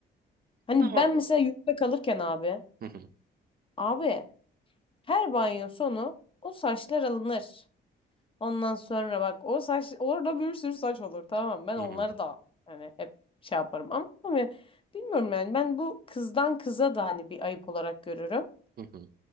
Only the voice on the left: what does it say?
Hani
ben mesela yurtta kalırken abi
abi her banyo sonu o saçlar alınır. Ondan sonra bak o saç orada bir sürü saç olur tamam mı? ben
onları
da hani hep şey yaparım ama, ama bilmiyorum yani ben bu kızdan kıza da hani bir ayıp olarak görürüm.